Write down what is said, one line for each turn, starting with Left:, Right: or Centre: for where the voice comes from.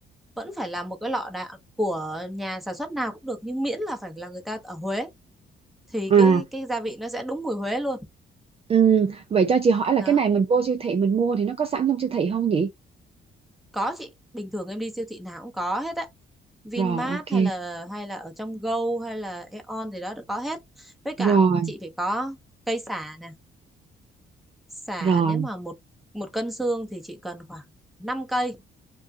Centre: Vẫn phải là một cái lọ đạn của nhà sản xuất nào cũng được nhưng miễn là phải là người ta ở Huế thì
Right: à
Centre: cái cái gia vị nó sẽ đúng mùi Huế luôn.
Right: ừm, vậy cho chị hỏi
Centre: Đó.
Right: là cái này mình vô siêu thị mình mua thì nó có sẵn trong siêu thị không nhỉ
Centre: Có chị, bình thường em đi siêu thị nào cũng có hết á. Vinmart
Right: rồi ok
Centre: hay là hay là ở trong Go hay là Aeon gì đó đều có hết. Với
Right: rồi
Centre: cả chị phải có cây sả nè. Sả
Right: rồi
Centre: nếu mà một một cân xương thì chị cần khoảng 5 cây,